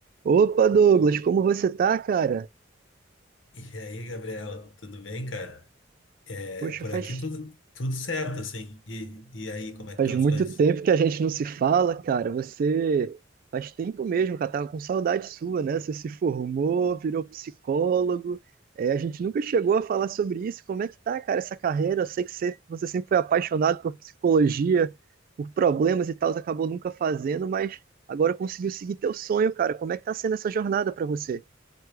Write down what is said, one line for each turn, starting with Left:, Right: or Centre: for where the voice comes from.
Right: Opa, Douglas, como você tá, cara?
Left: E aí, Gabriel, tudo bem, cara? É,
Right: Poxa,
Left: por
Right: faz,
Left: aqui tudo, tudo certo, assim. E, e aí, como é que
Right: faz
Left: estão
Right: muito
Left: as coisas?
Right: tempo que a gente não se fala, cara. Você faz tempo mesmo, cara. Tava com saudade sua, né? Você se formou, virou psicólogo. É, a gente nunca chegou a falar sobre isso. Como é que tá, cara, essa carreira? Eu sei que você, você sempre foi apaixonado por psicologia, por problemas e tal, você acabou nunca fazendo, mas agora conseguiu seguir teu sonho, cara. Como é que tá sendo essa jornada pra você?